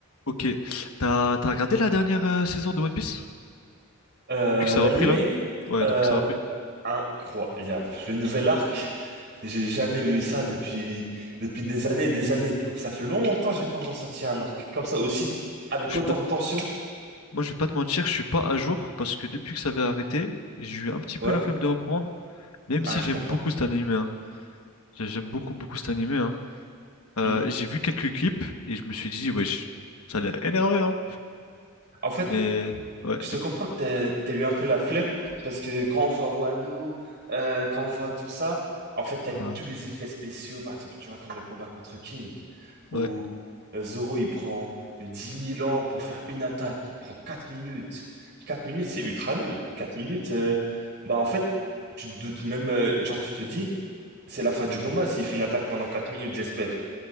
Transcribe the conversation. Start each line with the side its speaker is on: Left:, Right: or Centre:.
Left: Ok. T'as t'as regardé la dernière euh, saison de One Piece?
Right: Euh,
Left: Depuis que ça
Right: l'animé,
Left: a repris là? Ouais,
Right: euh,
Left: depuis que ça a repris.
Right: incroyable. Le nouvel arc, j'ai jamais vu ça depuis, depuis des années et des années. Ça fait longtemps que j'ai pas ressenti un arc comme ça aussi, avec
Left: Je suis
Right: autant
Left: pas...
Right: de tension.
Left: Moi, je vais pas te mentir, je suis pas à jour parce que depuis que ça avait arrêté, j'ai eu un petit
Right: Ouais,
Left: peu la flemme de reprendre, même
Right: ah,
Left: si
Right: je
Left: j'aime
Right: comprends.
Left: beaucoup cet animé. hein. J'ai- J'aime beaucoup, beaucoup cet animé. hein. Euh,
Right: Hmm.
Left: j'ai vu quelques clips et je me suis dit, wesh, ça a l'air énervé. hein.
Right: En fait,
Left: Mais ouais,
Right: Je
Left: dis-moi.
Right: te comprends que t'as, t'as eu un peu la flemme, parce que quand on voit Wano, euh, quand on voit tout ça, en fait, avec
Left: Ah,
Right: tous les effets spéciaux, par exemple, tu vois, comme le combat contre King,
Left: ouais,
Right: où euh, Zoro, il prend dix mille ans pour faire une attaque, il prend 4 minutes. quatre minutes, c'est ultra long. quatre minutes, euh, bah en fait, tu te doutes même, euh, genre, tu te dis, c'est la fin du combat s'il fait une attaque pendant 4 minutes, j'espère.